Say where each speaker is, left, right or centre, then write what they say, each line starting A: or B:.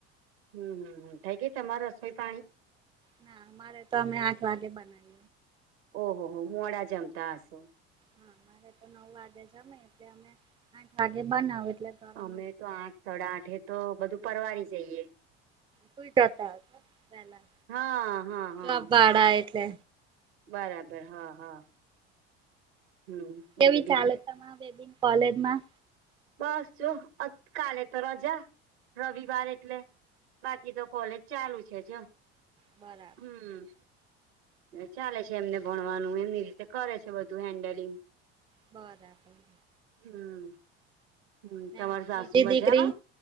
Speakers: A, on the right; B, on the right.
A: હમ હમમ થઈ ગઈ તમારે રસોઈ પાણી?
B: ના અમારે તો અમે આઠ વાગે બનાવીએ
A: ઓહો હો મોડા જમતા હસો
B: હા મારે તો નવ વાગ્યે જમે એટલે અમે આઠ વાગે બનાવ એટલે ગરમ
A: અમે તો આઠ સાડા આઠે તો બધું પરવારી જઈએ
B: સુઈ જતા હતા પેલા
A: હા હા હા
B: જબ ભાડા એટલે
A: બરાબર હા હા હમ બોલો
B: કેવી
A: બીજું
B: ચાલે તમારી બેબીની કોલેજમાં?
A: બસ જો કાલે તો રજા રવિવાર એટલે બાકી તો કોલેજ ચાલુ છે, જો
B: બરા
A: હમ. ચાલે છે એમને ભણવાનું એમની રીતે કરે છે, બધું હેન્ડલિંગ
B: બરાબર.
A: હમ. હમ
B: ને
A: તમાર સાસુ
B: બીજી
A: મજામાં
B: દીકરી